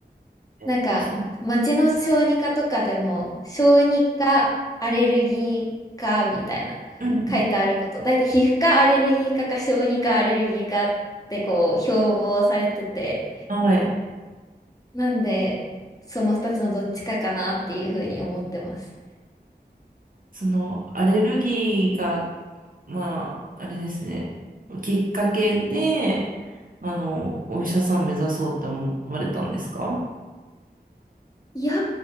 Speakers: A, on the right; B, on the left.
A: えーそう、
B: なんか町の小児科とかでも小児科アレルギー科みたいな
A: うんうん。
B: 書いてあること、大体皮膚科アレルギー科か小児科アレルギー科ってこう標榜されてて。
A: はい。
B: なんで、その2つのどっちかかなっていうふうに思ってます。
A: そのアレルギーが、まあ、あれですね、きっかけで、あの、お医者さん目指そうって思われたんですか
B: いや、